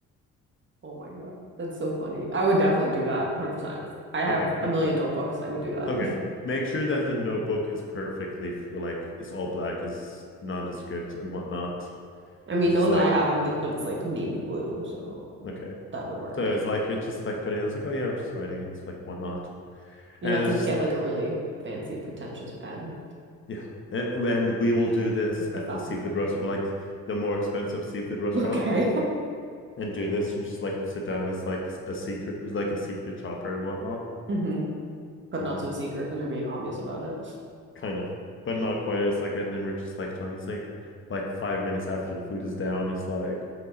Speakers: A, on the right; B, on the left.
A: Oh my God. That's so funny. I would definitely do that 100%. I have
B: Okay, we
A: a million notebooks. I would do that.
B: Okay. Make sure that the notebook is perfectly f- like it's all black, is nondescript and whatnot.
A: <laughs> I mean,
B: And just
A: the one that
B: like
A: I have, I'm thinking of is like navy blue. So
B: okay.
A: that would work.
B: So it's like it's just like putting it's like, oh yeah, we're just writing and it's like whatnot.
A: You
B: And
A: have to
B: it's
A: get like a really fancy, pretentious pen,
B: yeah. A- And we will do this
A: like a
B: at
A: fountain
B: the seafood
A: pen.
B: restaurant
A: <laughs>
B: like the more expensive seafood restaurants
A: Okay.
B: and do this and just like sit down as like a secret like a secret shopper and whatnot.
A: <laughs> hmm But
B: Mhm.
A: not so secret because we're being obvious about it.
B: kind of, but not quite. It's like, and then we're just like talking. It's like, like five minutes after the food is down, it's like,